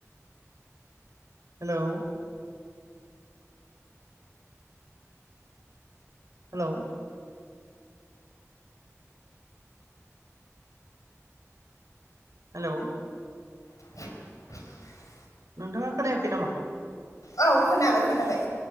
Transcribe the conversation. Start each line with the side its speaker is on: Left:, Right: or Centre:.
Right: हेलौ। हेलौ। हेलौ।
Left: <inaudible>
Right: नोंथाङा खोनायाखै नामा।
Left: औ खोनाबाय खोनाबाय।